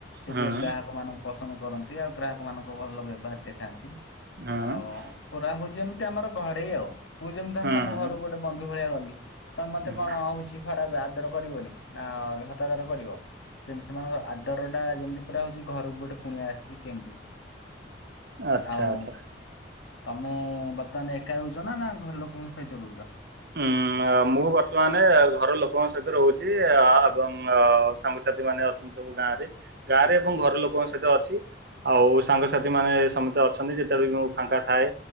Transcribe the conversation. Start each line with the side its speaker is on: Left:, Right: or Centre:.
Left: ସେ
Right: ହୁଁ
Left: ଟିକେ ଗ୍ରାହକ ମାନଙ୍କୁ ପସ ନ୍ଦ କରନ୍ତି ଆଉ ଗ୍ରାହକ ମାନଙ୍କୁ ଭଲ ବ୍ୟବହାର ଦେଖାନ୍ତି
Right: ହୁଁ
Left: ଆଉ ପୁରା ହଉ ଯେମିତି ଆମର ଘରେ ଆଉ, ମୁଁ ଯେମିତି ଧର
Right: ହୁଁ
Left: ତମ ଘରକୁ ଗୋଟେ ବନ୍ଧୁ ଭଳିଆ ଗଲି। ତ ମତେ
Right: ହୁଁ
Left: କଣ ହଉଛି ଖରାପ ଆଦର କରିବନି, ନା ହତାଦର କରିବ? ସେ ସେମାନଙ୍କ ଆଦର ଟା, ଯେମିତି ପୁରା ହଉଛି ଘରକୁ ଗୋଟେ କୁଣିଆ ଆସିଛି ସେମିତି।
Right: ଆଚ୍ଛା
Left: ଆଉ
Right: ଆଚ୍ଛା
Left: ତମେ ବର୍ତ୍ତମାନ ଏକା ରଉଛ ନା ନା? ଘର ଲୋକଙ୍କ ସହିତ ରହୁଛ?
Right: ହଁ। ମୁଁ ବର୍ତ୍ତମାନ ଘର ଲୋକଙ୍କ ସହିତ ରହୁଛି ଏବଂ ସାଙ୍ଗସାଥି ମାନେ ଅଛନ୍ତି। ସବୁ ଗାଁ ରେ ଗାଁ ରେ ଏବଂ ଘର ଲୋକଙ୍କ ସହିତ ଅଛି। ଆଉ ସାଙ୍ଗସାଥି ମାନେ ସମସ୍ତେ ଅଛନ୍ତି, ଯେତେବେଳେ ବି ମୁଁ ଫାଙ୍କା ଥାଏ